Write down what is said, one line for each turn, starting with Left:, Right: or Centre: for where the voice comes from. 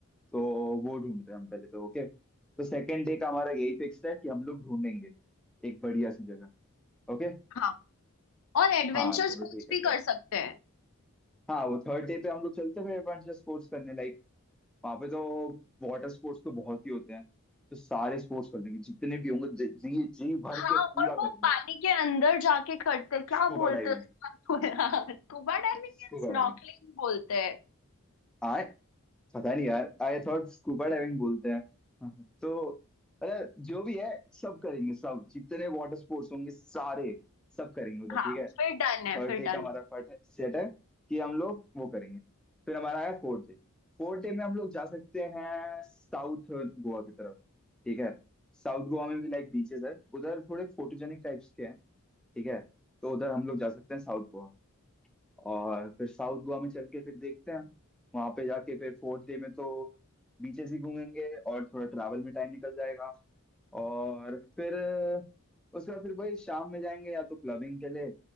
Centre: तो वो ढूंढते हैं हम पहले तो ओके तो सेकेंड डे का हमारा यही फिक्स्ड है कि हम लोग ढूंढेंगे एक बढ़िया सी जगह ओके
Left: हाँ और एडवेंचर
Centre: हाँ चलो
Left: स्पोर्ट्स
Centre: ठीक है
Left: भी कर
Centre: फिर
Left: सकते हैं
Centre: हाँ वो थर्ड डे पे हम लोग चलते हैं फिर एडवेंचर स्पोर्ट्स करने लाइक वहां पे तो वाटर स्पोर्ट्स तो बहुत ही होते हैं तो सारे स्पोर्ट्स कर लेंगे जितने भी होंगे जी जी जी भर
Left: हाँ
Centre: के पूरा
Left: और
Centre: करेंगे
Left: वो पानी के अंदर जाके करते हैं। क्या
Centre: Scuba
Left: बोलते
Centre: diving
Left: हैं उसको <laughs> स्कूबा डाइविंग
Centre: Scuba
Left: या स्नॉर्कलिंग
Centre: diving
Left: बोलते हैं
Centre: आए पता नहीं यार आई थॉट स्कूबा डाइविंग बोलते हैं हम्म, तो मतलब जो भी है सब करेंगे सब जितने वाटर स्पोर्ट्स होंगे सारे सब करेंगे उधर
Left: हाँ
Centre: ठीक है
Left: फिर डन है
Centre: थर्ड
Left: फिर
Centre: डे
Left: डन
Centre: का हमारा
Left: है
Centre: फर्ट है सेट है कि हम लोग वो करेंगे फिर हमारा है फोर्थ डे फोर्थ डे में हम लोग जा सकते हैं साउथ गोवा की तरफ ठीक है साउथ गोवा में भी लाइक बीचेस है उधर थोड़े फोटोजेनिक टाइप्स के हैं ठीक है तो उधर हम लोग जा सकते हैं साउथ गोवा और फिर साउथ गोवा में चल के फिर देखते हैं वहां पे जाके फिर फोर्थ डे में तो बीचेस ही घूमेंगे और थोड़ा ट्रैवल में टाइम निकल जाएगा और फिर उसके बाद फिर वही शाम में जाएंगे या तो क्लबिंग के लिए